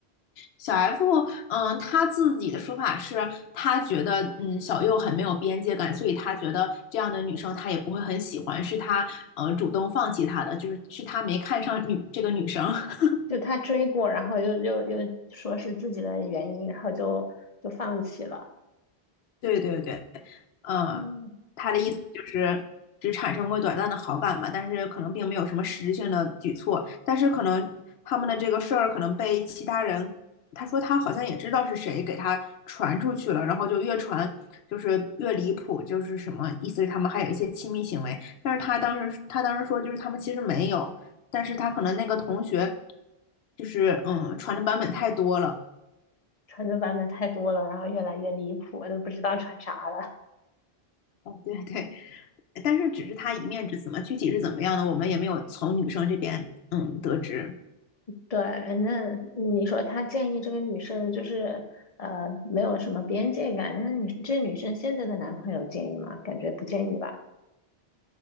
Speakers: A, on the left (about 75°); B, on the left (about 40°).
A: 小 F，嗯，他自己的说法是，他觉得，嗯，小右很没有边界感，所以他觉得这样的女生他也不会很喜欢，是他，呃，主动放弃她的，就是是他没看上女这个女生。<laughs>
B: 就他追过，然后又又又说是自己的原因，然后就就放弃了。
A: 对对对，嗯，
B: 嗯，
A: 他的意思就是只产生过短暂的好感嘛，但是可能并没有什么实质性的举措，但是可能他们的这个事儿可能被其他人，他说他好像也知道是谁给他传出去了，然后就越传就是越离谱，就是什么意思是他们还有一些亲密行为，但是他当时他当时说就是他们其实没有，但是他可能那个同学就是嗯传的版本太多了。
B: 穿的版本太多了，然后越来越离谱，我都不知道穿啥了。
A: 哦，对对，但是只是他一面之词嘛，具体是怎么样的，我们也没有从女生这边嗯得知。
B: 对，那你说他建议这个女生就是呃没有什么边界感，那你这女生现在的男朋友建议吗？感觉不建议吧。